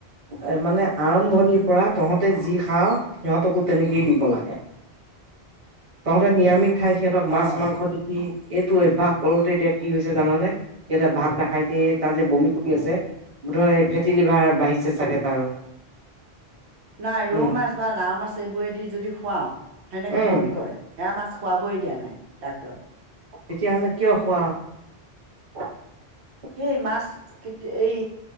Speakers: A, on the right; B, on the right.
A: এ, মানে আৰম্ভণিৰ পৰা তহঁতে যি খাওঁ, সিহঁতকো তেনেকৈ দিব লাগে। তহঁতে নিৰামিষ খাই সিহঁতক
B: অঁ
A: মাছ, মাংস দি দি এইটো অভ্যাস কৰোঁতে এতিয়া কি হৈছে জানানে? সিহঁতে ভাত নাখায় কেটা যে বমি ধয় ফেটি লিভাৰ বাঢ়িছে চাগে তাৰো।
B: নাই, ৰৌ
A: উম
B: মাছ বা লাও মাছ এইবোৰেদি যদি খোৱা সেনেকে
A: উম
B: বমি কৰে সেয়া মাছ খুৱাবই তিয়া নাই ডাক্টৰে
A: তেতিয়াাহলে কিয় খোৱা <unintelligible>
B: সেই মাছ কেতিয়া এই